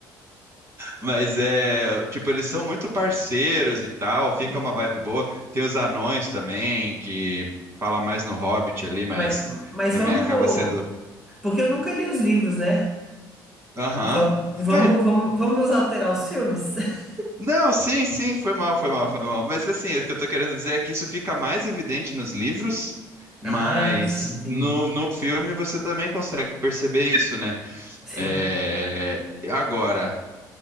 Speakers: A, on the right; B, in the centre.
A: Mas é, tipo, eles são muito parceiros e tal, fica
B: Sim.
A: uma vibe boa. Tem os anões também, que fala mais no Hobbit ali, mas
B: Mas, mas
A: também
B: vamos.
A: acaba sendo...
B: Porque eu nunca li os livros, né?
A: Aham.
B: Vamos, vamos,
A: É,
B: vamos, vamos nos alterar aos filmes. <laughs>
A: Não, sim, sim, foi mal, foi mal, foi mal. Mas assim, o que eu tô querendo dizer é que isso fica mais evidente nos livros, mas
B: Ah, sim, entendi.
A: no, no filme você também consegue perceber isso, né?
B: Sim.
A: É, Agora,